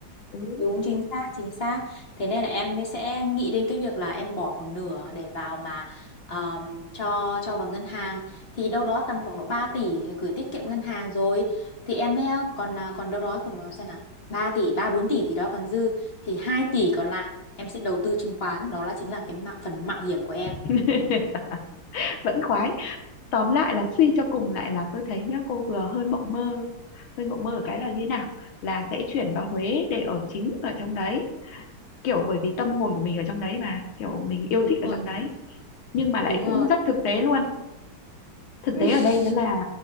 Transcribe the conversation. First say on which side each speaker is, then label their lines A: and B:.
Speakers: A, on the left (about 80°); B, on the left (about 35°).
A: ừ.
B: Đúng chính xác, chính xác. Thế nên là em mới sẽ nghĩ đến cái việc là em bỏ một nửa để vào mà ờm, cho cho vào ngân hàng thì đâu đó tầm khoảng độ 3 tỷ gửi tiết kiệm ngân hàng rồi thì em mới còn à, còn đâu đó còn xem nào 3 tỷ 3 4 tỷ gì đó còn dư thì 2 tỷ còn lại em sẽ đầu tư chứng khoán đó là chính là cái mạo, phần mạo hiểm của em.
A: <laughs> vẫn khoái tóm lại là suy cho cùng lại là tôi thấy nhá cô vừa hơi mộng mơ hơi mộng mơ ở cái là như thế nào là sẽ chuyển vào Huế để ở chính ở trong đấy kiểu bởi vì tâm hồn của mình ở trong đấy mà kiểu mình yêu
B: Đúng
A: thích ở
B: rồi,
A: trong đấy nhưng mà lại
B: đúng
A: cũng
B: rồi.
A: rất thực tế luôn thực
B: <laughs>
A: tế ở đây đó là